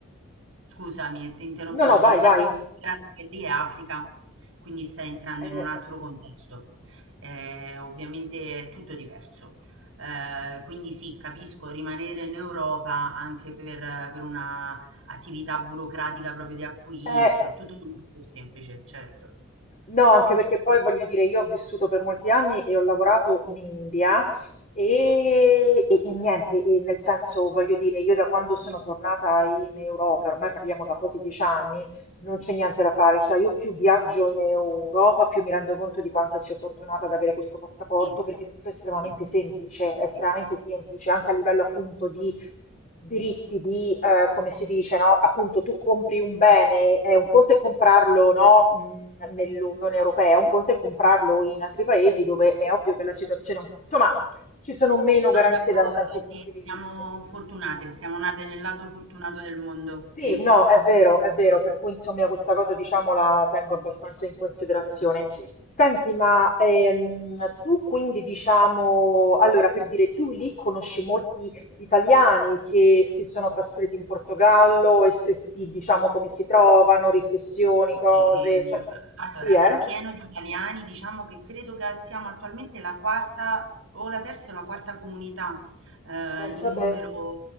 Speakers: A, on the right; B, on the left.
A: scusami, ti interrompevo,
B: No, no,
A: devi
B: vai,
A: sempre
B: vai.
A: considerare che lì è Africa, quindi stai entrando
B: Eh,
A: in un altro contesto. Eh, ovviamente è tutto diverso. Eh, quindi sì, capisco, rimanere in Europa anche per, per una attività burocratica proprio di acquisto,
B: eh,
A: è tutto molto più semplice, certo.
B: No, anche perché poi voglio dire, io ho vissuto per molti anni e ho lavorato in India e, e- e niente, e nel senso, voglio dire, io da quando sono tornata in Europa, ormai parliamo da quasi dieci anni, non c'è niente da fare, cioè io più viaggio in Europa, più mi rendo conto di quanto sia fortunata ad avere questo passaporto,
A: Sì,
B: perché tutto è estremamente
A: sì,
B: semplice, è estremamente
A: sì.
B: semplice, anche a livello appunto di diritti, di eh, come si dice, no? Appunto tu compri un bene, è un conto è comprarlo, no? mh, Nell'Unione Europea, un conto è comprarlo in altri paesi dove è ovvio che la situazione, insomma, ci sono meno
A: Sono
B: garanzie
A: d'accordo,
B: da tanti
A: sì,
B: punti di
A: siamo
B: vista.
A: fortunate, siamo nate nel lato fortunato del mondo, sì.
B: Sì, no, è vero, è vero, per cui insomma questa cosa diciamo la tengo abbastanza in considerazione. Senti, ma ehm, tu quindi diciamo, allora per dire, tu lì conosci molti italiani che si sono trasferiti in Portogallo e se sì, diciamo come si trovano, riflessioni, cose,
A: Sì,
B: cioè
A: allora
B: sì, eh?
A: è pieno di italiani, diciamo che credo che siamo attualmente la quarta o la terza o la quarta comunità eh,
B: Pensa
A: in numero.
B: te.